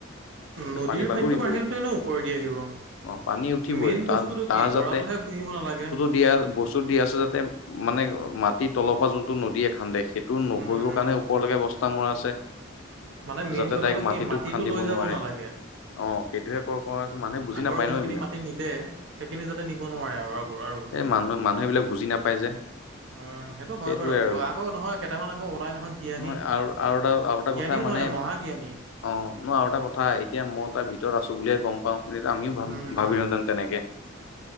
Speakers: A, on the right; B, on the left.
A: নদীৰ
B: পানী বাগৰিবই
A: পানীটো বাঢ়িলেটো এনেও ওপৰেদি আহিব।
B: অ পানী উঠিবই
A: মেইন
B: তাত
A: বস্তুটো
B: তাৰ
A: কি
B: যাতে
A: গৰাটোহে খহিব নালাগে।
B: <unintelligible> বস্তু দি আছে যাতে মানে মাটিৰ তলৰ পা যোনটো নদীয়ে খান্দে সেইটো <unintelligible>
A: উম উম
B: মানে ওপৰলৈকে বস্তা মৰা আছে।
A: মানে মেইন
B: যাতে
A: কথাটো
B: ডাইৰেক্ট
A: কি মাটিটো
B: খান্দিব
A: লৈ যাব
B: নোৱাৰে
A: নালাগে।
B: অ সেইটোহে ক কৰা আছে মানুহে বুজি
A: আগৰ
B: নাপায়
A: যোনখিনি
B: ন এইবিলাক
A: মাটি নিলে সেইখিনি যাতে নিব নোৱাৰে আৰু আগৰ আৰু।
B: এ মানুহ মানুহে এইবিলাক বুজি নাপাই যে।
A: উম সেইটো হয়
B: সেইটোৱে
A: বাৰু,
B: আৰু
A: আকৌ নহয় কেটামান আকৌ ওলাই নহয় জ্ঞানী
B: নহয় আৰু আৰু এটা আৰু এটা
A: জ্ঞানীও
B: কথা মানে
A: নহয়
B: অ
A: মহাজ্ঞানী
B: ন আৰু এটা কথা এতিয়া মই তাৰ ভিতৰত আছো বুলিয়ে গম পাওঁ এনেটো আমিও ভাব
A: উম
B: ভাবিলোহেঁতেন
A: উম
B: তেনেকে।